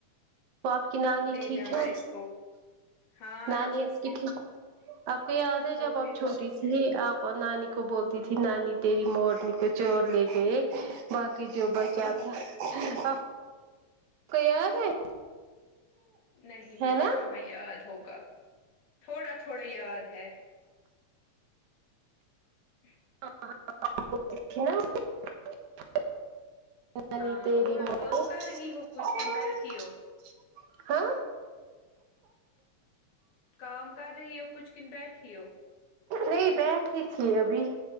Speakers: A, on the right (about 75°); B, on the left (about 85°).
A: وہ آپ کی نانی
B: لے
A: ٹھیک
B: جانا
A: ہے
B: اس کو ہاں
A: نانی
B: اچھے
A: آپ
B: سے
A: کی ٹھیک ہے آپ کو یاد ہے جب
B: وہ بھی
A: آپ
B: اچھے
A: چھوٹی
B: سے
A: تھی آپ اور نانی کو بولتی تھی نانی تیری مورنی کو چور لے گئے باقی جو بچا تھا سب آپ کو یاد ہے
B: نہیں
A: ہے
B: مجھے
A: نا
B: کہاں یاد ہوگا تھوڑا تھوڑا یاد ہے <inaudible>
A: <unintelligible>
B: ہاں اور کام کر رہی ہو کچھ کن بیٹھی ہو
A: <inaudible> ہاں
B: کام کر رہی ہو کچھ کن بیٹھی ہو
A: نہیں بیٹھی تھی ابھی